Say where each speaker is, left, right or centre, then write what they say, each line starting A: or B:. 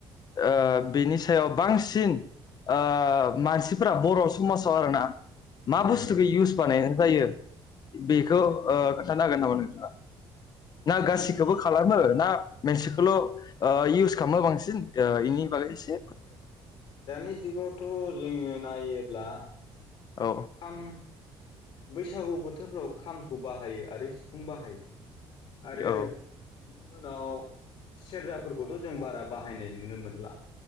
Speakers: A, on the left; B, on the left.
A: ओ बेनि सायाव बांसिन ओ मानसि फोरा बर' समाजाव आरो ना। मा
B: उम
A: बुस्थुखौ इउस बानायनाय जायो। बेखौ ओ खोन्थानो हागोन नामा नोंथाङा? ना
B: दानि
A: गासिखौबो खालामो ना मोनसिखौल' ओ इउस खालामो बांसिन ओ इनि बागै इसे
B: दानि जुगावथ' जोङो नायो ब्ला
A: औ
B: खाम बैसागु बोथोराव खामखौ बाहायो आरो सिफुं बाहायो। आरो
A: औ
B: बिनि उनाव सेरजाफोरखौथ' जों बारा बाहायनाय नुनो मोनला।